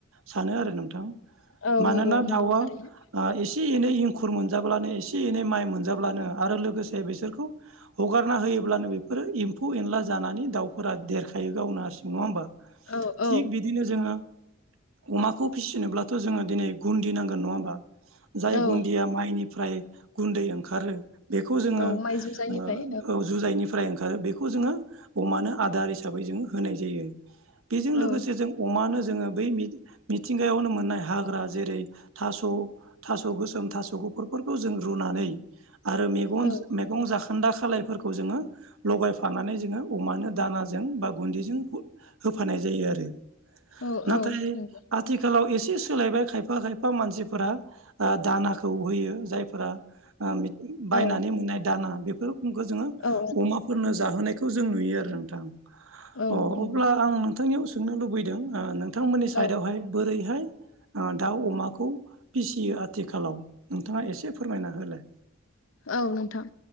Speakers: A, on the right; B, on the left.
A: सानो आरो नोंथां
B: औ
A: मानोना
B: नंगौ नंगौ
A: दाउआ
B: थारैनो
A: <unintelligible> एसे एनै इंखुर मोनजाब्लानो एसे एसे एनै माइ मोनजाब्लानो आरो लोगोसे बेसोरखौ हगारना होयोब्लानो बेफोरो एमफौ एनला जायो जानानै दाउफोरा देरखायो गावनो हारसिं नङा होमबा
B: औ औ
A: थिग बिदिनो जोङो अमाखौ फिसिनोब्लाथ' जोङो दिनै गुनदि नांगोन नङा होमबा जाय
B: औ
A: गुनदिया माइनिफ्राय गुनदै ओंखारो बेखौ जोङो
B: औ माइ जुजायनिफ्राय
A: ओ औ जुजाइनिफ्राय ओंखार आरो बेखौ जोङो अमानो आदार हिसाबै जोङो होनाय जायो बेजों लोगोसे
B: औ
A: जों अमानो जोङो बै मि मिथिंगायावनो मोननाय हाग्रा जेरै थास' थास' गोसोम थास' गूपूरफोरखौ जों रूनानै आरो मेगं
B: औ
A: <unintelligible> मैगं जाखोनदा खालायफोरखौ फोरखौ जोङो लगायफानानै जोङो अमानो दानाजों बा गुनदैजों <unintelligible> होफानाय जायो आरो <inaudible>
B: औ
A: नाथाय
B: औ नंगौ
A: आथिखालाव एसे एसे सोलायबाय खायफा खायफा मानसिफोरा ओ दानाखौ होयो जायफोरा ओ बायनानै
B: औ
A: मोननाय दाना बेफोरफोरखौ जोङो
B: औ
A: अमाफोरनो जाहोनाय खौ जों नुयो आरो नोंथां
B: औ
A: अ
B: नंगौ
A: अब्ला आं नोंथांनियाव सोंनो लुबैदों ओ बिथांमोननि साइदयावहाय
B: औ
A: बोरैहाय ओ दाउ अमाखौ फिसियो आथिखालाव नोंथांआ एसे फोरमायना होलाय
B: औ नोंथां